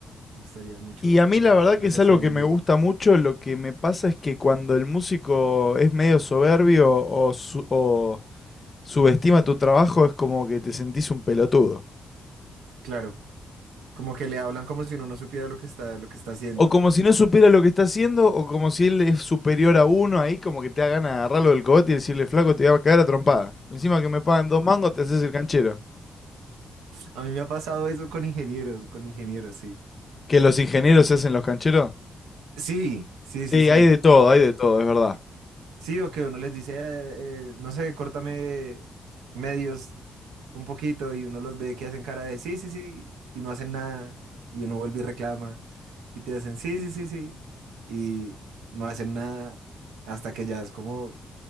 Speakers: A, on the right; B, on the left.
A: me gustaría mucho
B: Y a mí la verdad
A: hacer
B: que es algo
A: sonido
B: que
A: en
B: me
A: vivo.
B: gusta mucho, lo que me pasa es que cuando el músico es medio soberbio o, su- o subestima tu trabajo es como que te sentís un pelotudo.
A: Claro, como que le hablan como si uno no supiera lo que está, lo que está haciendo.
B: O como si no supiera lo que está haciendo, o como si él es superior a uno, ahí como que te da ganas de agarrarlo del cogote y decirle, flaco, te voy a caer a trompada. Encima que me pagan dos mangos, te haces el canchero.
A: A mí me ha pasado eso con ingenieros, con ingenieros, sí.
B: ¿Que los ingenieros se hacen los cancheros?
A: Sí, sí,
B: Sí,
A: sí, sí.
B: hay de todo, hay de todo, es verdad.
A: Sí, o que uno les dice, eh, eh, no sé, córtame medios un poquito y uno los ve que hacen cara de sí, sí, sí, y no hacen nada, y uno vuelve y reclama, y te hacen sí, sí, sí, sí, y no hacen nada hasta que ya es como,